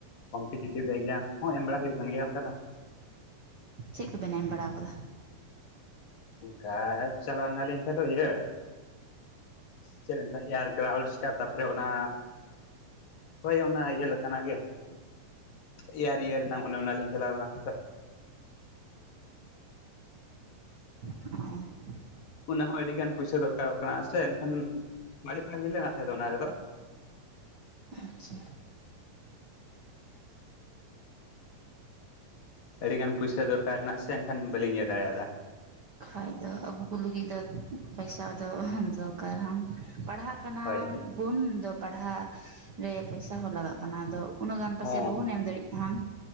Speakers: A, on the left; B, on the right.
A: ᱠᱚᱢᱯᱤᱴᱤᱴᱤᱵᱽ ᱮᱠᱡᱟᱢ ᱦᱚᱸ ᱮᱢ ᱵᱟᱲᱟ ᱦᱩᱭᱩᱜ ᱠᱟᱱ ᱜᱮᱭᱟ ᱚᱝᱠᱟ ᱫᱚ
B: ᱪᱮᱜ ᱠᱳᱵᱮᱱ ᱮᱢ ᱵᱟᱲᱟᱣ ᱠᱟᱫᱟ
A: ᱚᱝᱠᱟ ᱪᱟᱞᱟᱣᱱᱟᱞᱤᱧ ᱛᱟᱦᱮᱸᱫᱚᱜ ᱤᱭᱟᱹ ᱪᱮᱫ ᱞᱤᱧᱛᱟᱜ ᱮᱭᱟᱨ ᱜᱨᱟᱣᱩᱰ ᱥᱴᱟᱯ ᱛᱟᱯᱚᱨᱮ ᱚᱱᱟ ᱦᱳᱭ ᱚᱱᱟ ᱤᱭᱟᱹ ᱞᱮᱠᱟᱱᱟᱜ ᱜᱮ ᱮᱭᱟᱨ ᱤᱭᱟᱹᱨᱮᱱᱟᱜ ᱚᱱᱮ ᱱᱟ ᱞᱤᱧ ᱪᱟᱞᱟᱣ ᱞᱮᱱᱟ ᱛᱟᱦᱮᱸᱫᱚᱜ
B: <inaudible>
A: ᱚᱱᱟ ᱦᱚᱸ ᱟᱹᱰᱤ ᱜᱟᱱ ᱯᱩᱭᱥᱟᱹ ᱫᱚᱨᱠᱟᱨᱚᱜ ᱠᱟᱱᱟ ᱥᱮ ᱮᱱᱠᱷᱟᱱ ᱠᱳᱣᱟᱞᱤᱯᱷᱟᱭ ᱦᱩᱭ ᱞᱮᱱᱟ ᱛᱟᱦᱮᱸᱫᱚᱜ ᱚᱱᱟ ᱨᱮᱫᱚ
B: ᱟᱪᱪᱷᱟ
A: ᱟᱹᱰᱤᱜᱟᱱ ᱯᱩᱭᱥᱟᱹ ᱫᱚᱨᱠᱟᱨᱮᱱᱟ ᱥᱮ ᱮᱱᱠᱷᱟᱱ ᱵᱟᱹᱞᱤᱧ ᱤᱭᱟᱹ ᱫᱟᱲᱮᱭᱟᱫᱟ
B: ᱠᱷᱟᱡ ᱫᱚ ᱟᱵᱳᱠᱩ ᱞᱟᱹᱜᱤᱫ ᱫᱚ ᱯᱟᱭᱥᱟ ᱫᱚ ᱫᱚᱨᱠᱟᱨᱟᱱ ᱯᱟᱲᱦᱟᱜ ᱠᱟᱱᱟᱢ
A: ᱦᱳᱭᱛᱚ
B: ᱵᱳᱱ ᱫᱚ ᱯᱟᱲᱦᱟᱜ ᱨᱮ ᱯᱟᱭᱥᱟ ᱦᱚᱸ ᱞᱟᱜᱟᱜ ᱠᱟᱱᱟ ᱟᱫᱚ ᱩᱱᱟᱹᱜ ᱜᱟᱱ ᱯᱟᱹᱥᱮ
A: ᱦᱚᱸ
B: ᱵᱟᱵᱚᱱ ᱮᱢ ᱫᱟᱲᱮᱜ ᱦᱟᱱ